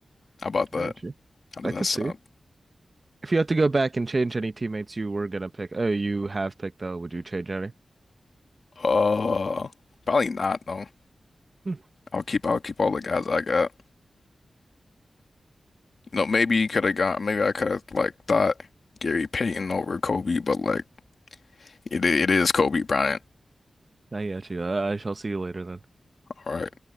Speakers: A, on the left; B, on the right.
A: How about that?
B: I got you.
A: How does
B: I could
A: that sound?
B: see it. If you had to go back and change any teammates you were gonna pick, oh, you have picked though, would you change any?
A: Uh probably not though.
B: Hmm.
A: I'll keep I'll keep all the guys I got. You know, maybe you could have got maybe I could have like thought Gary Payton over Kobe, but like it it is Kobe Bryant.
B: I got you. I, I shall see you later then.
A: All right.